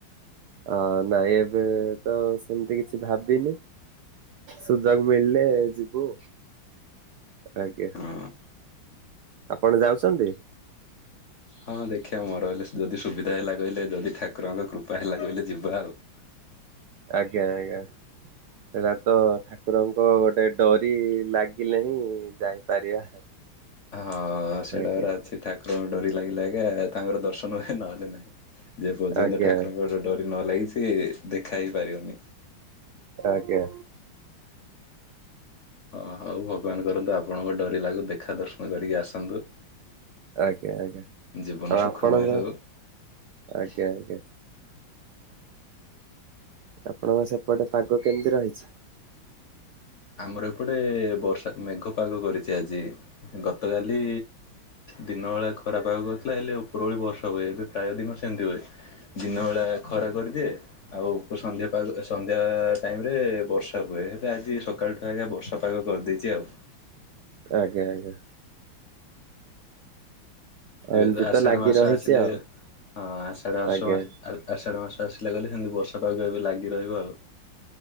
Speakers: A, on the right; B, on the left.
A: ଅ ନାଇଁ ଏବେ ତ ସେମିତି କିଛି ଭାବିନି। ସୁଜାକୁ ମିଳିଲେ ଯିବୁ ଆଜ୍ଞା।
B: ହଁ
A: ଆପଣ ଯାଉଛନ୍ତି।
B: ହଁ ଦେଖିବା ମୋର ଯଦି ସୁବିଧା ହେଲା କହିଲେ ଯଦି ଠାକୁରଙ୍କ କୃପା ହେଲା କହିଲେ ଯିବା ଆଉ। <inaudible>
A: ଆଜ୍ଞା ଆଜ୍ଞା। ସେଇଟା ତ ଠାକୁରଙ୍କ ଗୋଟେ ଡରି ଲାଗିଲେ ହିଁ ଯାଇପାରିବା।
B: ହଁ ସେଟାକ
A: ଆଜ୍ଞା
B: ଅଛି ଠାକୁରଙ୍କୁ ଡରି ଲାଗିଲା ଆଜ୍ଞା ତାଙ୍କର ଦର୍ଶନ ବି ନହେଲେ ନାହିଁ। ଯେ ପର୍ଯ୍ୟନ୍ତ
A: ଆଜ୍ଞା
B: ଠାକୁରଙ୍କଟେ ଡରି ନ ଲାଗି ସି ଦେଖା ହେଇ ପାରିବନି।
A: ଆଜ୍ଞା।
B: ହଁ ହଉ ଭଗବାନ କରନ୍ତୁ ଆପଣଙ୍କ ଡୋରି ଲାଗୁ ଦେଖା ଦର୍ଶନ କରିକି ଆସନ୍ତୁ।
A: ଆଜ୍ଞା ଆଜ୍ଞା
B: ଜୀବନ
A: ଆ
B: ସୁଖମୟ
A: ଆପଣଙ୍କ
B: ହଉ।
A: ଆଜ୍ଞା ଆଜ୍ଞା। ଆପଣଙ୍କ ସେପଟେ ପାଗ କେମିତି ରହିଛି?
B: ଆମର ଏପଟେ ବର୍ଷା ମେଘ ପାଗ କରିଛି ଆଜି। ଗତକାଲି ଦିନ ବେଳା ଖରା ପାଗ କରିଥିଲା, ହେଲେ ଉପର ଭଳି ବର୍ଷା ହୁଏ ଏବେ ପ୍ରାୟ ଦିନ ସେମିତି ହୁଏ ଦିନ ବେଳା ଖରା କରିଦିଏ ଆଉ ସନ୍ଧ୍ୟା ପାଗ ସନ୍ଧ୍ୟା ଟାଇମରେ ବର୍ଷା ହୁଏ ହେଲେ ଆଜି ସକା ସକାଳଠୁ ଆଜ୍ଞା ବର୍ଷା ପାଗ କରିଦେଇଛି ଆଉ।
A: ଆଜ୍ଞା ଆଜ୍ଞା।
B: ଏକରେ
A: ଏମିତି
B: ତ ଆଷାଢ
A: ଲାଗି
B: ମାସ
A: ରହିଛି
B: ଆସିଲା
A: ଆଉ
B: ହଁ ଆଷାଢ ମାସ
A: ଆଜ୍ଞା।
B: ଆଷାଢ ମାସ ଆସିଲା ବୋଲି ସେମତି ବର୍ଷା ପାଗ ଏବେ ଲାଗି ରହିବ ଆଉ।